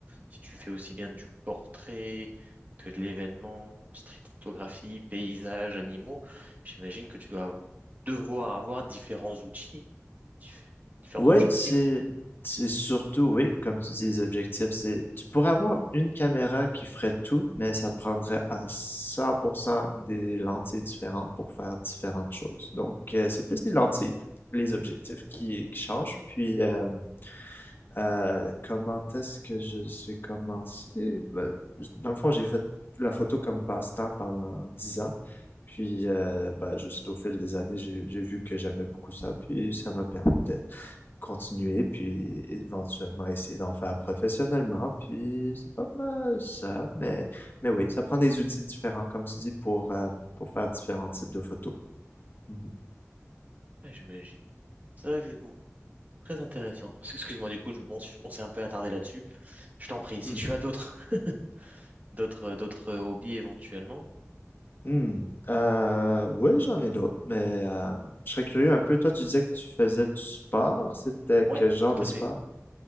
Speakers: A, on the right; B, on the left.
A: si tu fais aussi bien du portrait que de l'événement, street photographie, paysages, animaux, j'imagine que tu dois av- devoir avoir différents outils, diff- différents
B: Ouais,
A: objectifs.
B: c'est c'est surtout, oui, comme tu dis, les objectifs, c'est tu pourrais avoir une caméra qui ferait tout, mais ça prendrait à 100% des lentilles différentes pour faire différentes choses. Donc, euh, c'est plus les lentilles, les objectifs qui, qui changent. Puis, euh, euh, comment est-ce que je j'ai commencé? Ben, j- dans le fond, j'ai fait la photo comme passe-temps pendant 10 ans. Puis, euh, ben, juste au fil des années, j'ai j'ai vu que j'aimais beaucoup ça. Puis, ça m'a permis de continuer, puis éventuellement essayer d'en faire professionnellement, puis c'est pas mal ça, mais, mais oui, ça prend des outils différents, comme tu dis, pour, euh, pour faire différents types de photos. Mhm.
A: Ouais, j'imagine. C'est vrai que Très intéressant. S- Excuse-moi, du coup, je- on, s- on s'est un peu attardé là-dessus. Je t'en prie, si
B: Mhm.
A: tu as d'autres <laughs> d'autres euh, d'autres euh, hobbies éventuellement.
B: Mhm. Euh, oui, j'en ai d'autres, mais euh, je serais curieux un peu, toi tu disais que tu faisais du sport, c'était
A: Ouais,
B: quel genre
A: tout
B: de sport?
A: à fait.